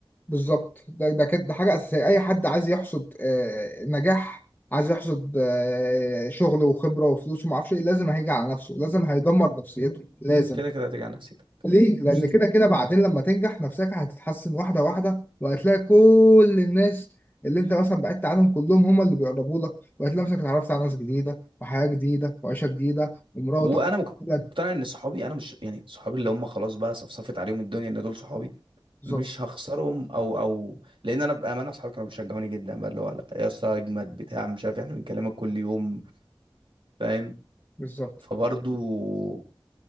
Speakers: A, on the left; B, on the right.
A: بالظبط ده ده كده ده حاجه اساسيه اي حد عايز يحصد آه، نجاح عايز يحصد آه، شغل وخبره وفلوس وما اعرفش ايه لازم هيجي على نفسه لازم هيدمر نفسيته لازم
B: كده كده هتيجي على نفسيتك
A: ليه؟ لأن
B: بص.
A: كده كده بعدين لما تنجح نفسك هتتحسن واحدة واحدة وهتلاقي كل الناس اللي أنت مثلا بعدت عنهم كلهم هم اللي بيقربوا لك وهتلاقي نفسك اتعرفت على ناس جديدة وحياة جديدة وعيشة جديدة ومراتك
B: وانا مقتنع
A: لك
B: ان صحابي انا مش يعني صحابي اللي هم خلاص بقى صفصفت عليهم الدنيا ان دول صحابي
A: بالظبط
B: مش هخسرهم او او لان انا بامانه اصحابي كانوا بيشجعوني جدا بقى اللي هو لا يا اسطى اجمد بتاع مش عارف إيه، احنا بنكلمك كل يوم فاهم
A: بالظبط
B: فبرضو